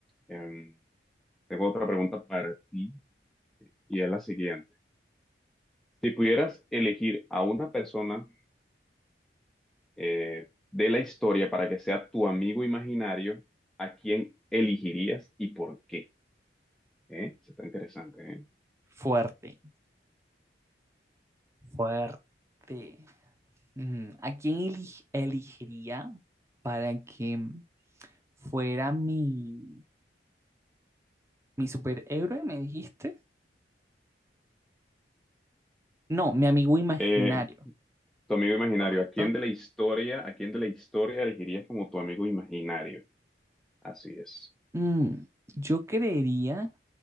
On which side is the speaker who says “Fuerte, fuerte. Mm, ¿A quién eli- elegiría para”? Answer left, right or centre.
Right